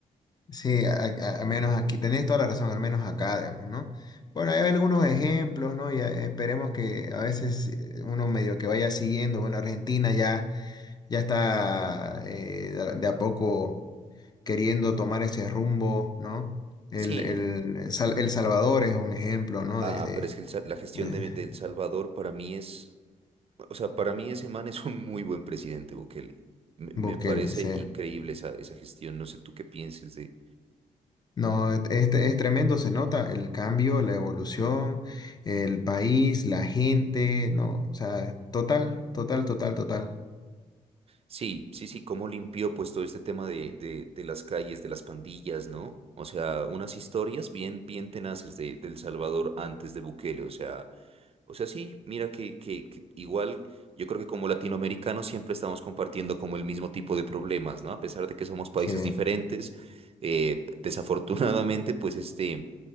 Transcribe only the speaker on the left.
Sí, a- a- al menos aquí, tenés toda la razón, al menos acá, digamos, ¿no? Bueno, hay algunos ejemplos, ¿no? Y eh, esperemos que a veces eh, uno medio que vaya siguiendo, bueno, Argentina ya, ya está eh, de a de a poco queriendo tomar ese rumbo, ¿no? El,
el, Sal- El Salvador es un ejemplo, ¿no?
De, de
eh,
Bukele,
sí.
No, es, es- es tremendo, se nota el cambio, la evolución, el país, la gente, no, o sea, total, total, total, total.
Sí,